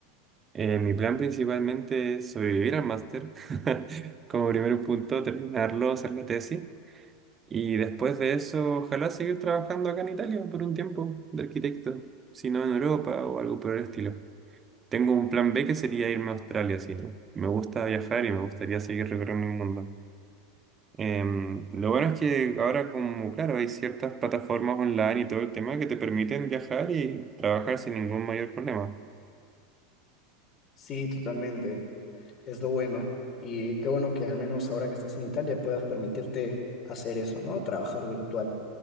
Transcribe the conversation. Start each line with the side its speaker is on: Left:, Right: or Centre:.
Right: Eh, mi plan principalmente es sobrevivir al máster, <laughs> como primer punto, terminarlo, hacer la tesis, y después de eso, ojalá seguir trabajando acá en Italia por un tiempo de arquitecto, si no en Europa o algo por el estilo. Tengo un plan B que sería irme a Australia, sí. ¿no? Me gusta viajar y me gustaría seguir recorriendo el mundo. Em, lo bueno es que ahora como, claro, hay ciertas plataformas online y todo el tema que te permiten viajar y trabajar sin ningún mayor problema.
Left: Sí, totalmente. Es lo bueno. Y qué bueno que al menos ahora que estás en Italia puedas permitirte hacer eso, ¿no? Trabajar virtual.